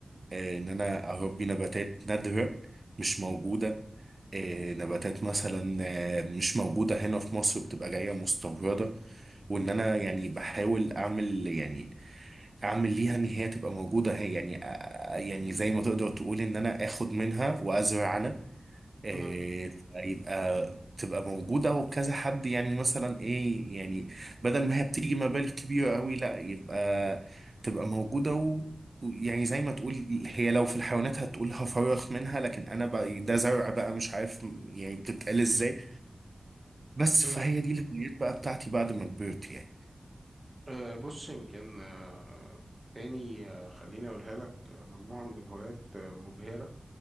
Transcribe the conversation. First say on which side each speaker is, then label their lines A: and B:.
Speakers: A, on the right; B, on the right.
A: آه، ان انا اربي نباتات نادرة مش موجودة آه، نباتات مثلا آه، مش موجودة هنا في مصر بتبقى جاية مستوردة وان انا يعني بحاول اعمل يعني اعمل ليها ان هي تبقى موجودة هي يعني آه، آه، يعني زي ما تقدر تقول ان انا اخد منها وازرع انا إيه،
B: مهم.
A: فيبقى تبقى موجودة وكذا حد يعني مثلا ايه يعني بدل ما هي بتيجي مبالغ كبيرة قوي لا يبقى تبقى موجودة و و- يعني زي ما تقول هي لو في الحيوانات هتقول هفرخ منها لكن انا بقى إيه، ده زرع بقى مش عارف يعني بتتقال ازاي بس
B: مهم.
A: فهي دي الهوايات بقى بتاعتي بعد ما كبرت يعني
B: أه بص يمكن أه تاني أه خليني اقولها لك آه، مجموعة من الهوايات آه، مبهرة